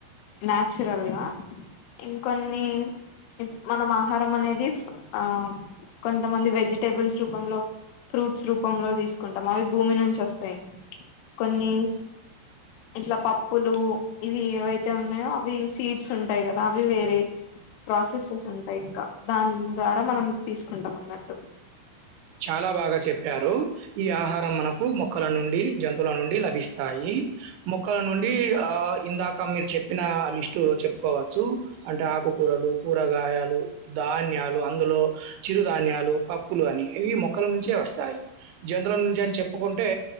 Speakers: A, on the left; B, on the right.
A: న్యాచురల్ గా ఇంకొన్ని మనం ఆహారం అనేది ఆ కొంతమంది వెజిటేబుల్స్ రూపంలో ఫ్రూ ఫూట్స్ రూపంలో తీసుకుంటాం అవి భూమి నుంచి వస్తాయి కొన్ని ఇట్లా పప్పులు ఇవి ఏవైతే ఉన్నాయో అవి సీడ్స్ ఉంటాయి కదా అవి వేరే ప్రాసెసెస్ ఉంటాయి ఇంకా దాని ద్వారా మనం తీసుకుంటాం అన్నట్టు
B: చాలా బాగా చెప్పారు ఈ ఆహారం మనకు మొక్కల నుండి జంతువుల నుండి లభిస్తాయి మొక్కల నుండి ఆ ఇందాక మీరు చెప్పిన లిస్ట్ చెప్పుకోవచ్చు అంటే ఆకుకూర కూరలు కూరగాయలు ధాన్యాలు అందులో చిరుధాన్యాలు పప్పులు అని ఇవి మొక్కల నుంచే వస్తాయి జంతుల నుంచి చెప్పుకుంటే